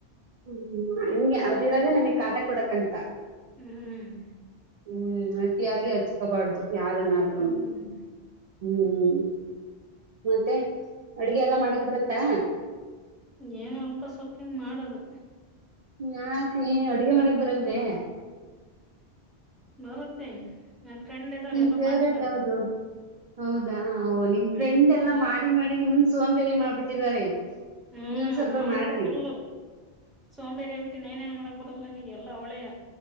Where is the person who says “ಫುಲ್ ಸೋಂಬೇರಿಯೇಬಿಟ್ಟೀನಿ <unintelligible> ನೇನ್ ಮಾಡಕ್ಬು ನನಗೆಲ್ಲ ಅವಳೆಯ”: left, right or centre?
Centre